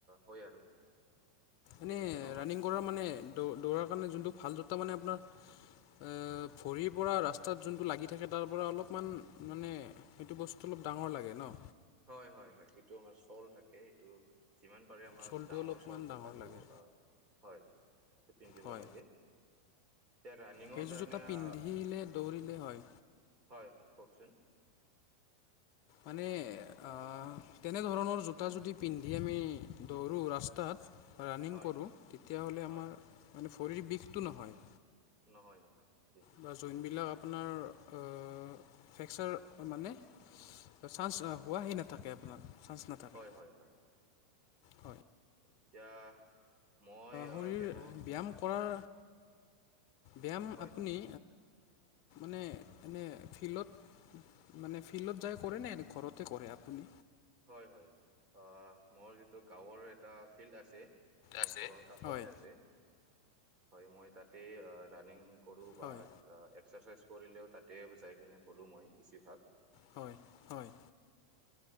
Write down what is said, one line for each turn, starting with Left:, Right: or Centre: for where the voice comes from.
Right: হয় আৰু।
Left: এনে
Right: বিষটো নহয়
Left: ৰানিং কৰাৰ মানে দৌ দৌৰাৰ কাৰণে যোনটো ভাল জতা মানে আপোনাৰ
Right: <inaudible>
Left: অ ভৰিৰ পৰা ৰাস্তাত যোনটো লাগি থাকে তাৰ পৰা অলপমান মানে সেইটো বস্তু অলপ ডাঙৰ লাগে ন।
Right: হয় হয় হয় যিটো আমাৰ চল থাকে এইটো যিমান পাৰে আমাৰ
Left: চ'লটো
Right: ডাঙৰ
Left: অলপমান
Right: চল থকাটো
Left: ডাঙৰ লাগে
Right: হয়। পিন্ধিব
Left: হয়
Right: লাগে। এতিয়া ৰানিংৰ
Left: সেইযোৰ
Right: কাৰণে
Left: জোতা
Right: আ
Left: পিন্ধিলে দৌৰিলে হয়
Right: হয়। কওকচোন।
Left: মানে আহ তেনেধৰণৰ জোতা যদি পিন্ধি আমি দৌৰোঁ ৰাস্তাত। বা ৰানিং
Right: হয়
Left: কৰোঁ তেতিয়াহ'লে
Right: হয়
Left: আমাৰ মানে ভৰিৰ বিষটো নহয়।
Right: নহয় নহয়। ঠিক
Left: বা জইন বিলাক আপোনাৰ অ ফ্ৰেকচাৰ মানে চান্স হোৱাহে নাথাকে আপোনাৰ। চান্স নাথাকে
Right: হয় হয় হয়।
Left: হয়।
Right: এতিয়া মই
Left: শৰীৰ
Right: আহ ব্যৱ
Left: ব্যায়াম কৰাৰ ব্যায়াম
Right: হয়
Left: আপুনি
Right: <inaudible>
Left: এনে এনে ফিল্ডত মানে ফিল্ডত যায় কৰে নে ঘৰতে কৰে আপুনি?
Right: হয় হয় মোৰ যিটো গাঁৱৰ এটা ফিল্ড আছে মোৰ
Left: আছে।
Right: ঘৰৰ কাষতে
Left: হয়
Right: আছে হয় মই তাতে ৰাণিং কৰোঁ
Left: হয়
Right: বা এক্সাৰচাইজ কৰিলেও তাতে যাই কিনে কৰোঁ মই বেছিভাগ।
Left: হয় হয়।